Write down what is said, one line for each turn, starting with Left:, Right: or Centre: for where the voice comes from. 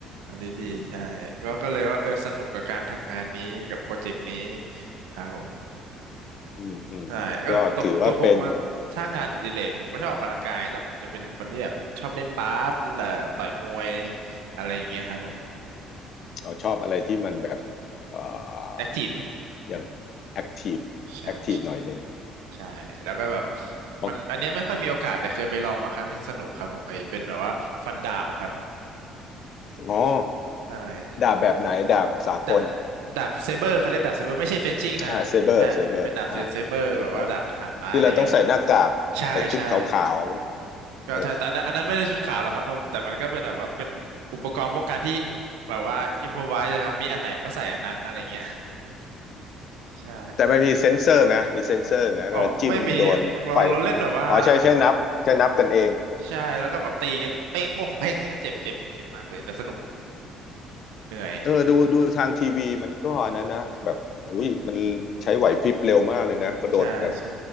Right: อันนี้ดีใช่ก็ก็เลยว่าเออสนุกกับการทำงานนี้กับโปรเจกต์นี้
Left: อืม
Right: ครับผม
Left: อืมอืมก็ถือว่าเป็น
Right: ใช่ก็ตัวตัวผมอะถ้างานอดิเรกผมก็ชอบออกกำลังกายแต่ผมจะเป็นคนที่แบบชอบเล่นบาสและต่อยมวยอะไรอย่างเงี้ยครับผม
Left: เอ่อชอบอะไรที่มันแบบเอ่
Right: แอคทีฟไหม
Left: ออย่างแอคทีฟแอคทีฟหน่อยหนึ่ง
Right: ใช่ใช่ใช่แล้วก็แบบ
Left: ของ
Right: มันอันเนี้ยไม่ค่อยมีโอกาสแต่เคยไปลองมาครั้งหนึ่งสนุกครับผมไอ้เป็นแบบว่าฟันดาบอะครับ
Left: อ๋อ
Right: ใช่
Left: ดาบแบบไหนดาบสากล
Right: ดาบดาบเซเบอร์เขาเรียกดาบเซเบอร์ไม่ใช่เฟนชิ่งนะฮะใช่เป็นดาบเซเบอร์แบบว่าดาบทหารม้าอะไรเงี้ยแล้ว
Left: อ่าเซเบอร์เซเบอร์อ่าเซเบอร์ที่เราต้องใส่หน้ากากใส่ชุดขาว
Right: ใช่ใช่
Left: ๆเออ
Right: ก็ใช่แต่อันนั้นอันนั้นไม่ได้ชุดขาวหรอกครับเพราะแต่มันก็เป็นแบบว่าเป็นอุปกรณ์ป้องกันที่แบบว่าอิมพอไวส์ครับมีอันไหนมันก็ใส่อันนั้นอะไรเงี้ยใช่
Left: แต่มันมีเซ็นเซอร์ไหมมีเซ็นเซอร์ไหมเวลาจิ้มโดนไฟ
Right: อ๋อไม่มีครับเราเราเล่นแบบว่า
Left: อ๋อใช่ใช่นับใช่นับกันเอง
Right: ใช่แล้วก็แบบตีกันเป้งโป้งเป้งเจ็บเจ็บเจ็บมากเลยแต่สนุกเหนื่อย
Left: เออดูดูทางทีวีมันก็อันนั้นนะแบบอุ้ยมันใช้ไหวพริบเร็วมากเลยนะกระโดดแบบ
Right: ใช่ใช่